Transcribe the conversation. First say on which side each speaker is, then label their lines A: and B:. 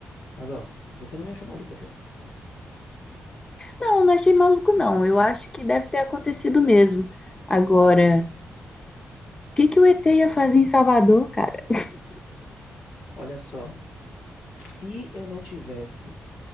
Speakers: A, on the left; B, on the left.
A: Mas ó, você não me achou maluco, achou?
B: Não, não achei maluco, não. Eu acho que deve ter acontecido mesmo. Agora. que, que o ET ia fazer em Salvador, cara?
A: Olha só, se eu não tivesse